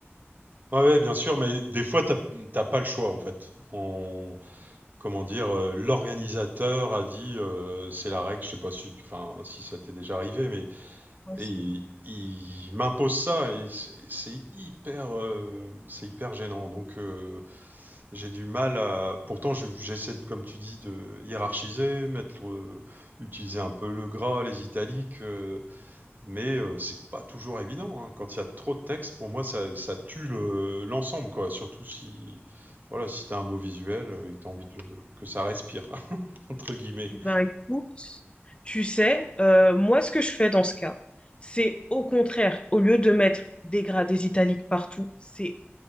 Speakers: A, on the right (about 45°); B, on the left (about 25°).
A: Ouais, ouais, bien sûr, mais des fois, t'as t'as pas le choix, en fait. On, comment dire, euh, l'organisateur a dit, euh, c'est la règle, je sais pas si, enfin, si ça t'est déjà arrivé, mais
B: Ouais,
A: et
B: c'est-
A: il, il m'impose ça et c'est c'est hyper, euh, c'est hyper gênant. Donc, euh, j'ai du mal à. Pourtant, je- j'essaie, de- comme tu dis, de hiérarchiser, mettre, le- utiliser un peu le gras, les italiques. euh, mais euh, c'est pas toujours évident. hein. Quand il y a trop de texte, pour moi, ça, ça tue le- l'ensemble, quoi. Surtout si, voilà, si t'as un beau visuel euh, et que t'as envie de le- que ça respire, <laughs> entre guillemets.
B: Eh ben, écoute, tu sais, euh, moi, ce que je fais dans ce cas, c'est au contraire, au lieu de mettre des gradés italiques partout, c'est